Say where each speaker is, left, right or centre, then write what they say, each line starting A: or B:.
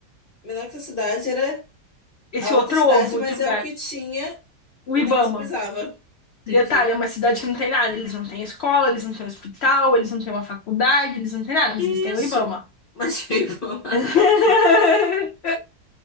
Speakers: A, on the left; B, on the left.
A: menor que essa cidade era
B: Esse
A: a outra
B: outro
A: cidade,
B: ovo
A: mas
B: de lugar,
A: é o que tinha,
B: o
A: o
B: Ibama.
A: negócio precisava. Entendi.
B: Detalhe, é uma cidade que não tem nada. Eles não têm escola, eles não têm hospital, eles não têm uma faculdade, eles não têm nada,
A: Que
B: mas eles têm
A: isso?
B: o Ibama.
A: Mas <laughs> veio Ibama.
B: <laughs>